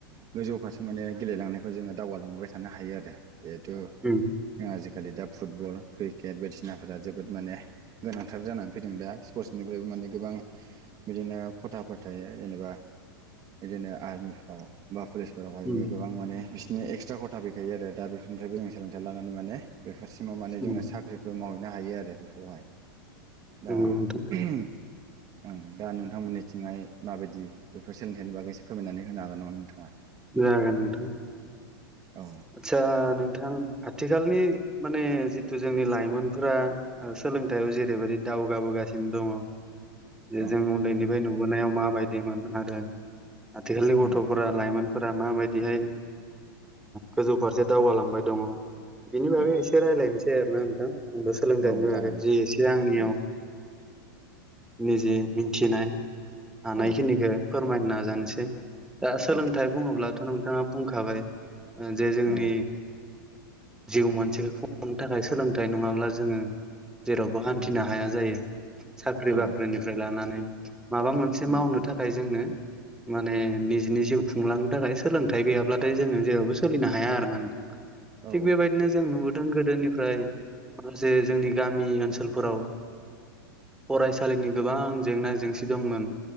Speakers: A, on the right; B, in the centre.
A: गोजौ फारसे माने गेलेलांनायखौ जोङो दावगालांबाय थानो हायो आरो जिहेथु
B: उम
A: जों आजिखालि दा फुटबल क्रिकेट बायदिसिनाफोरा जोबोद माने गोनांथार जानानै फैदों दा स्पर्टसनिफ्रायबो माने गोबां बिदिनो खथाफोर थायो जेनेबा बिदिनो आर्मिफ्राव बा पुलिसफोरावहायबो
B: उम
A: गोबां माने बिसिोरनि एक्सट्रा खथा फैखायो आरो दा बेफोरनिफ्रायबो जों सोलोंथाइ लानानै माने बेफोरसिमाव माने
B: उम
A: जोङो साख्रिफोर मावहैनो हायो आरो बेखौहाय दा
B: नंगौ नोंथां
A: ओं दा नोंथांमोननिथिंहाय माबायदि बेफोर सोलोंथनि बागै एसे फोरमायनानै होनो हागोन नामा नोंथाङा
B: जागोन नोंथां
A: औ
B: आतसा नोंथां आथिखालनि माने जिथु जोंनि लाइमोनफोरा सोलोंथाइयाव जेरैबायदि द दावगाबोगासिनो दङ जे
A: औ
B: जों उन्दैनिफ्राय नुबोनायाव माबायदिमोन आरो आथिखालनि गथ'फोरा
A: उम
B: लाइमोनफोरा माबायदिहाय गोजौ फारसे दावगालांबाय दङ बिनि बागै
A: औ
B: एसे रायज्लायनोसै आरोना नोंथां आंबो सोलोंथाइनि
A: औ जागोन
B: बागै जि एसे आंनियाव
A: औ
B: निजे मिथिनाय हानायखिनिखौ
A: औ
B: फोरमायनो नाजानोसै दा सोलोंथाइ
A: औ
B: बुङोब्लाथ' नोंथाङा बुंखाबाय जे जोंनि
A: औ
B: जिउ मोनसेखौ खुंनो थाखाय सोलोंथाइ नङाब्ला जोङो जेरावबो हान्थिनो
A: उम
B: हाया जायो साख्रि
A: औ
B: बाख्रिनिफ्राय लानानै माबा मोनसे
A: उम
B: मावनो थाखाय जोंनो माने निजनि जिउ खुंलांनो थाखाय सोलोंथाइ गैयाब्लाथाय जोङो जेरावबो सोलिनो हाया आरो ना
A: औ
B: थिग बेबायदिनो जों नुबोदों गोदों गोदोनिफ्राय माखासे जोंनि गामि ओनसोलफोराव फरायसालिनि गोबां जेंना जेंसि दंमोन